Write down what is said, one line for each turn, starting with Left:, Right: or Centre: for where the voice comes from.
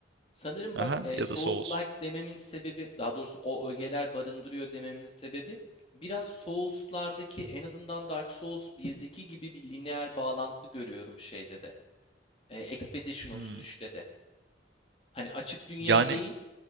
Left: sanırım
Right: Aha
Left: bak eee
Right: ya
Left: Souls-like
Right: da Souls.
Left: dememin sebebi daha doğrusu o ögeler barındırıyor dememin sebebi biraz Souls'lardaki en azından Dark Souls 1'deki gibi bir lineer bağlantı görüyorum şeyde de. Eee, Expedition
Right: Hmm.
Left: 33'te de. Hani açık dünya
Right: Yani
Left: değil